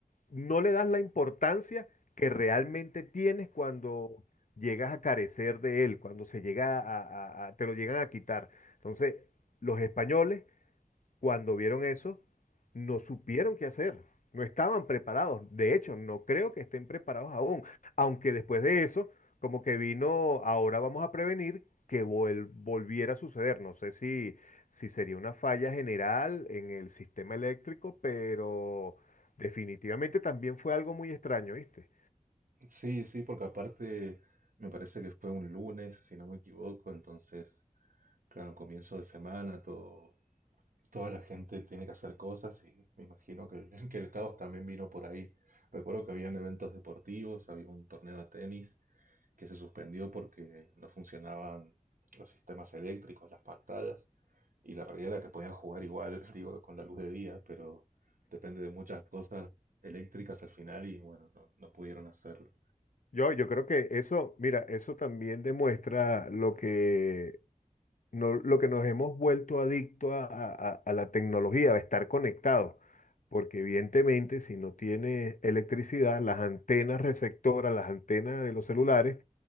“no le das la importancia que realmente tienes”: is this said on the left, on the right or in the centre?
Left